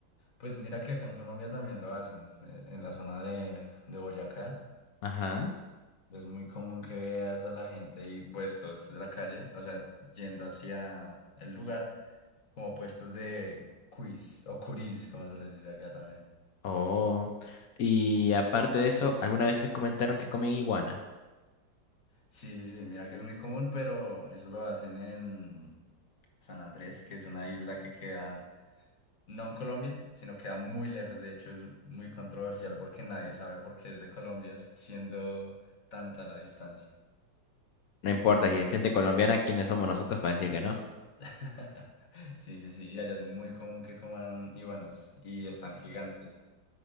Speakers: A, on the left; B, on the left.
A: Pues mira que acá en Colombia también lo hacen, eh, en la zona de, de Boyacá.
B: Ajá.
A: Es muy común que veas a la gente y puestos de la calle, o sea, yendo hacia el lugar, como puestos de quiz o curis, como se les dice acá también.
B: Oh. Y aparte de eso, alguna vez me comentaron que comen iguana.
A: Sí, sí, sí, mira que es muy común, pero eso lo hacen en San Andrés, que es una isla que queda no en Colombia, sino queda muy lejos. De hecho, es muy controversial porque nadie sabe por qué es de Colombia, s- siendo tanta la distancia.
B: No importa, si se siente colombiana, ¿quiénes somos nosotros para decir que no?
A: <laughs> Sí, sí, sí, y allá es muy común que coman iguanas y están gigantes.